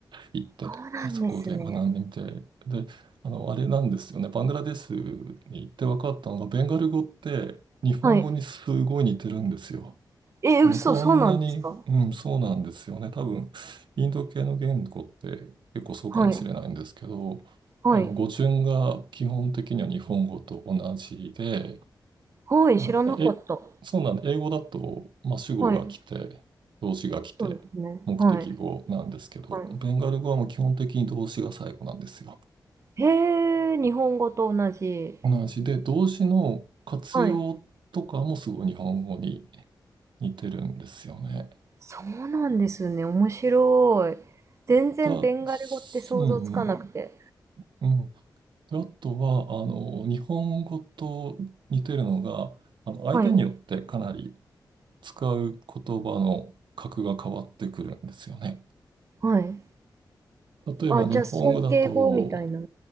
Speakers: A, on the right (about 90°); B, on the right (about 40°).
A: 行って、
B: そうなんですね。
A: そこで学んでみて、で、あの、あれなんですよね、バングラデシュに行って分かったのが、ベンガル語って日本語にすごい似てるんですよ。
B: はい。えー、
A: あの、
B: 嘘、
A: こんなに、
B: そうなんですか
A: うん、そうなんですよね。多分、インド系の言語って結構そうかもしれないんですけど、
B: はい。はい。
A: あの、語順が基本的には日本語と同じで、
B: はい、
A: あの、
B: 知らなかった。
A: え、そうなんで、英語だと、まあ、主語が来て、
B: はい。
A: 動詞が来て、
B: そうですね。
A: 目的語なんですけど、
B: はい。はい。
A: ベンガル語はもう基本的に動詞が最後なんですよ。
B: へえ、日本語と同じ。
A: 同じで、動詞の活用とかもすごい日本語に
B: はい。
A: 似てるんですよね。
B: そうなんですね。面白い。全然ベンガル語って想像つかなくて。
A: だ、あすうんうん、うん。で、あとは、あの、日本語と似てるのが、あの、相手によってかなり
B: はい。
A: 使う言葉の格が変わってくるんですよね。
B: はい。
A: 例えば日本語だと、
B: あ、じゃあ尊敬語みたいな。